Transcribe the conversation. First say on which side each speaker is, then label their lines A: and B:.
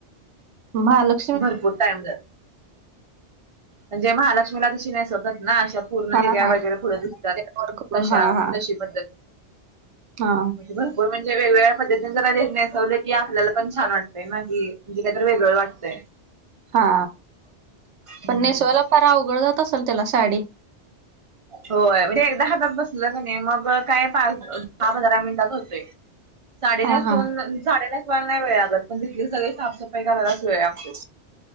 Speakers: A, on the right; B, on the right.
A: मालक
B: भरपूर टाईम जात. म्हणजे महालक्ष्मीला जशी नेसवतात ना अशा पूर्ण
A: हा
B: निऱ्या
A: हा
B: वगैरे पुढं दिसतात,
A: त्यावर करून
B: तशा
A: हा हा
B: तशी पद्धत.
A: हा
B: भरपूर म्हणजे वेगवेगळ्या पद्धतीने जरा नेसवलं की आपल्याला पण छान वाटतंय ना. की म्हणजे काहीत वेगळ वाटतंय.
A: हा,
B: हम्म
A: पण नेसवाला फार अवघड जात असेल त्याला साडी.
B: होय. म्हणजे एकदा हातात बसलं कनई, मग काय पाच दहा पंधरा मिनिटात होतंय. <inaudible> साडी
A: हा
B: नेसवुन
A: हा
B: साडी नेसवायला नाही वेळ लागत. पण तिथली सगळी साफसफाई करायलाच वेळ लागतोय.